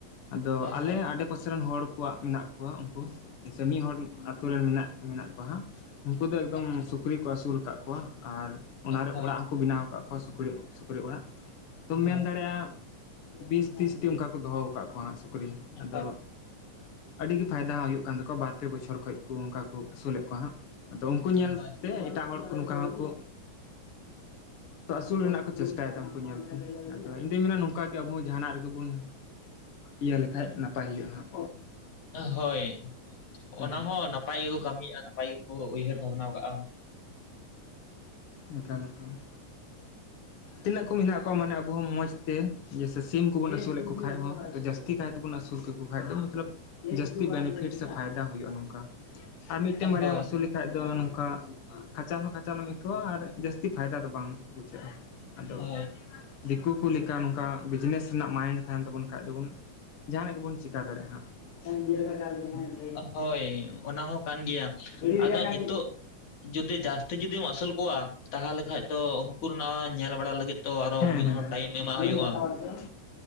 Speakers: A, on the left; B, on the left.
A: ᱟᱫᱚ ᱟᱞᱮ
B: ᱦᱳᱭ
A: ᱟᱰᱮ ᱯᱟᱥᱮ ᱨᱮᱱ ᱦᱚᱲ ᱠᱚᱣᱟᱜ ᱢᱮᱱᱟᱜ ᱠᱚᱣᱟ ᱩᱝᱠᱩ, ᱡᱮᱭᱥᱮ ᱢᱤᱫ ᱦᱚᱲ ᱟᱛᱳ ᱨᱮᱱ ᱢᱮᱱᱟᱜ ᱢᱮᱱᱟᱜ ᱠᱚᱣᱟ ᱦᱟᱸᱜ᱾ ᱩᱝᱠᱩ ᱫᱚ ᱮᱠᱫᱚᱢ
B: ᱦᱳᱭ
A: ᱥᱩᱠᱨᱤ ᱠᱚ ᱟᱹᱥᱩᱞ ᱠᱟᱜ ᱠᱚᱣᱟ ᱟᱨ ᱚᱱᱟ ᱨᱮ
B: ᱦᱳᱭ
A: ᱚᱲᱟᱜ ᱦᱚᱸ ᱠᱚ ᱵᱮᱱᱟᱣ ᱠᱟᱜ ᱠᱚᱣᱟ ᱥᱩᱠᱨᱤ ᱥᱩᱠᱨᱤ ᱚᱲᱟᱜ᱾ ᱛᱚ ᱢᱮᱱ
B: ᱦᱳᱭ
A: ᱫᱟᱲᱮᱭᱟᱜᱼᱟᱢ ᱵᱤᱥ ᱛᱤᱥᱴᱤ ᱚᱝᱠᱟ ᱠᱚ ᱫᱚᱦᱚ ᱠᱟᱜ ᱠᱚᱣᱟ ᱦᱟᱸᱜ ᱥᱩᱠᱨᱤ ᱟᱫᱚ
B: ᱦᱳᱭ
A: ᱟᱹᱰᱤ ᱜᱮ ᱯᱷᱟᱭᱫᱟ ᱦᱟᱸᱜ ᱦᱩᱭᱩᱜ ᱠᱟᱱ ᱛᱟᱠᱚᱣᱟ, ᱵᱟᱨ ᱯᱮ ᱵᱚᱪᱷᱚᱨ ᱠᱷᱚᱡ ᱠᱚ ᱚᱝᱠᱟ ᱠᱚ ᱟᱹᱥᱩᱞᱮᱫ ᱠᱚᱣᱟ ᱦᱟᱸᱜ᱾ ᱟᱫᱚ ᱩᱝᱠᱩ ᱧᱮᱞᱛᱮ
B: ᱦᱳᱭ
A: ᱮᱴᱟᱜ ᱦᱚᱲ ᱠᱚ ᱱᱚᱝᱠᱟ ᱦᱚᱸᱠᱚ ᱛᱚ ᱟᱹᱥᱩᱞ ᱨᱮᱱᱟᱜ ᱠᱚ ᱪᱮᱥᱴᱟᱭᱮᱫᱟ ᱩᱝᱠᱩ ᱧᱮᱞᱛᱮ᱾ ᱟᱫᱚ ᱤᱧ ᱫᱩᱧ ᱢᱮᱱᱟ ᱱᱚᱝᱠᱟ ᱜᱮ ᱟᱵᱚ ᱡᱟᱦᱟᱱᱟᱜ ᱨᱮᱜᱮ ᱵᱚᱱ ᱤᱭᱟᱹ ᱞᱮᱠᱷᱟᱡ ᱱᱟᱯᱟᱭ ᱦᱩᱭᱩᱜᱼᱟ ᱦᱟᱸᱜ᱾
B: ᱦᱳᱭ,
A: ᱦᱮᱸ
B: ᱚᱱᱟ ᱦᱚᱸ ᱱᱟᱯᱟᱭ ᱜᱮᱠᱚ ᱠᱟᱹᱢᱤᱭᱮᱜᱼᱟ ᱱᱟᱯᱟᱭ ᱜᱮᱠᱚ ᱩᱭᱦᱟᱹᱨ ᱵᱷᱟᱵᱽᱱᱟᱣ ᱠᱟᱜᱼᱟ᱾
A: ᱮᱠᱟᱞ ᱮᱠᱟᱞ, ᱛᱤᱱᱟᱹᱜ ᱠᱚ ᱢᱮᱱᱟᱜ ᱠᱚ ᱢᱟᱱᱮ ᱟᱵᱚ ᱦᱚᱸ ᱢᱚᱡᱽ ᱛᱮ ᱡᱮᱭ ᱥᱮ ᱥᱤᱢ ᱠᱚᱵᱚᱱ ᱟᱹᱥᱩᱞᱮᱫ ᱠᱚ ᱠᱷᱟᱱ ᱦᱚᱸ ᱡᱟᱹᱥᱛᱤ ᱠᱟᱭ ᱛᱮᱵᱚᱱ ᱟᱹᱥᱩᱞ ᱠᱮᱫ ᱠᱚ ᱠᱷᱟᱱ ᱫᱚ ᱢᱚᱛᱞᱚᱵ ᱡᱟᱹᱥᱛᱤ ᱵᱮᱱᱤᱯᱷᱤᱴ ᱥᱮ ᱯᱷᱟᱭᱫᱟ ᱦᱩᱭᱩᱜᱼᱟ ᱱᱚᱝᱠᱟ᱾ ᱟᱨ ᱢᱤᱫᱴᱮᱱ ᱵᱟᱨᱭᱟᱢ
B: ᱦᱳᱭ
A: ᱟᱹᱥᱩᱞ ᱞᱮᱠᱷᱟᱡ ᱫᱚ ᱱᱚᱝᱠᱟ ᱠᱟᱪᱟᱞ ᱦᱚᱸ ᱠᱟᱪᱟᱞᱚᱢ ᱟᱹᱭᱟᱹᱣᱟ ᱟᱨ ᱡᱟᱹᱥᱛᱤ ᱯᱷᱟᱭᱫᱟ ᱫᱚ ᱵᱟᱝ ᱵᱩᱡᱷᱟᱹᱜᱼᱟ, ᱟᱫᱚ
B: ᱦᱳᱭ
A: ᱫᱤᱠᱩ ᱠᱚ ᱞᱮᱠᱟ ᱱᱚᱝᱠᱟ ᱵᱤᱡᱽᱱᱮᱥ ᱨᱮᱱᱟᱜ ᱢᱟᱭᱤᱰ ᱛᱟᱦᱮᱱ ᱛᱟᱵᱚᱱ ᱠᱷᱟᱡ ᱫᱚᱵᱚᱱ ᱡᱟᱸᱦᱟᱱᱟᱜ ᱜᱮᱵᱚᱱ ᱪᱤᱠᱟ ᱫᱟᱲᱮᱭᱟᱜᱼᱟ ᱦᱟᱸᱜ᱾ <unintelligible>
B: ᱦᱳᱭ, ᱚᱱᱟ ᱦᱚᱸ ᱠᱟᱱ ᱜᱮᱭᱟ
A: ᱜᱟᱹᱰᱤ
B: ᱟᱫᱚ
A: ᱨᱮᱭᱟᱜ ᱠᱟᱱ
B: ᱱᱤᱛᱳᱜ ᱡᱩᱫᱤ ᱡᱟᱹᱥᱛᱤ ᱡᱩᱫᱤᱢ ᱟᱹᱥᱩᱞ ᱠᱚᱣᱟ ᱛᱟᱦᱞᱮ ᱠᱷᱟᱡ ᱫᱚ ᱩᱱᱠᱩ ᱨᱮᱱᱟᱜ ᱧᱮᱞ ᱵᱟᱲᱟ ᱞᱟᱹᱜᱤᱫ ᱛᱚ ᱟᱨᱚ
A: ᱦᱩᱸ
B: ᱢᱤᱫ ᱦᱚᱲ ᱴᱟᱭᱤᱢ ᱮᱢᱟᱜ
A: ᱦᱩᱸ
B: ᱦᱩᱭᱩᱜᱼᱟ
A: ᱦᱩᱸ,